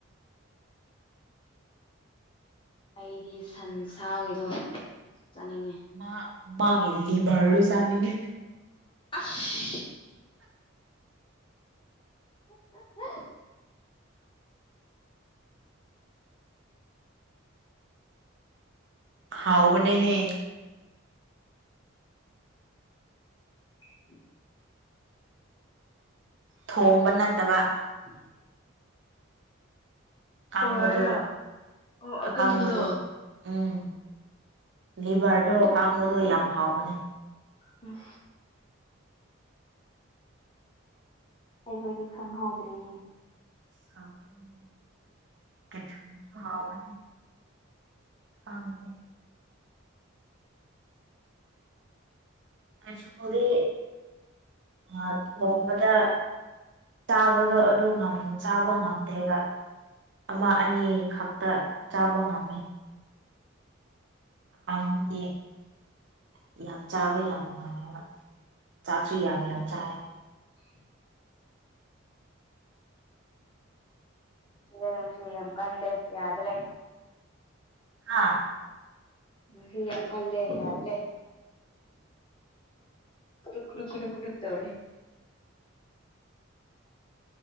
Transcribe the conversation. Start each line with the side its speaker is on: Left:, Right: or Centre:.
Left: ꯑꯩꯗꯤ ꯁꯟꯁꯥꯒꯤꯗꯣ ꯆꯠꯅꯤꯡꯉꯦ꯫
Right: ꯃꯥ ꯃꯥꯒꯤ ꯂꯤꯚꯔꯗꯨ ꯆꯥꯅꯤꯡꯉꯦ꯫
Left: ꯑꯁ꯫ <unintelligible>
Right: ꯍꯥꯎꯕꯅꯦꯍꯦ꯫
Left: <inaudible>
Right: ꯊꯣꯡꯕ ꯅꯠꯇꯕ꯫
Left: <inaudible>
Right: ꯀꯥꯡꯕꯗꯣ
Left: ꯀꯋꯥꯔꯥ ꯑꯣ ꯑꯀꯪꯕꯗꯣ
Right: ꯑꯀꯥꯡꯕꯗꯣ꯫ ꯎꯝ ꯂꯤꯚꯔꯗꯣ ꯀꯥꯡꯕꯗꯣ ꯌꯥꯝ ꯍꯥꯎꯕꯅꯦ꯫
Left: ꯎꯝ꯫ ꯑꯩꯈꯣꯏꯗꯤ ꯈꯪꯍꯧꯗ꯭ꯔꯤꯅꯦ꯫
Right: ꯍꯥꯎꯕꯅꯤ ꯁꯀꯦꯞꯁꯨꯜ ꯍꯥꯎꯕꯅꯦ꯫ ꯇꯥꯡꯕꯅꯦ꯫ ꯀꯦꯞꯁꯨꯜꯗꯤ ꯑꯥ ꯊꯣꯡꯕꯗ ꯆꯥꯕꯗꯣ ꯑꯗꯨ ꯉꯝ ꯆꯥꯕ ꯉꯝꯗꯦꯕ꯫ ꯑꯃ ꯑꯅꯤ ꯈꯛꯇ ꯆꯥꯕ ꯉꯝꯃꯦ꯫ ꯉꯝꯕꯗꯤ ꯃꯗꯤ ꯌꯥꯝ ꯆꯥꯕ ꯌꯥꯝ ꯅꯨꯡꯉꯥꯏꯌꯦꯕ ꯆꯥꯛꯁꯨ ꯌꯥꯝ ꯌꯥꯝ ꯆꯥꯏ꯫
Left: <inaudible> ꯍꯨꯔꯥꯟꯕ ꯅꯪꯁꯨ ꯌꯥꯝ ꯀꯜꯂꯦ ꯌꯥꯗ꯭ꯔꯦ꯫
Right: ꯍꯥ꯫
Left: ꯅꯨꯡꯁꯤꯠ ꯌꯥꯝ ꯀꯜꯂꯦ ꯌꯥꯗ꯭ꯔꯦ꯫ ꯀꯨꯗꯨꯛ ꯀꯨꯗꯨꯛ ꯀꯨꯗꯨꯛ ꯀꯨꯗꯨꯛ ꯇꯧꯔꯦ꯫